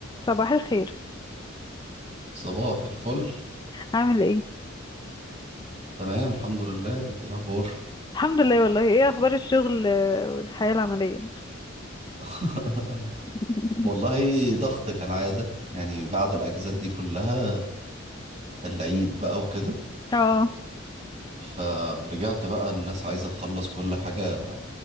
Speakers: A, on the left; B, on the right.
A: صباح الخير
B: صباح الفل
A: عامل ايه
B: تمام الحمد لله انتي ايه الاخبار
A: الحمد لله والله ايه اخبار الشغل آه، والحياة العملية
B: <laughs>
A: <laughs>
B: والله ضغط كالعادة يعني بعد الاجازات دي كلها العيد بقى وكده
A: اه
B: فرجعت بقى الناس عايزة تخلص كل حاجة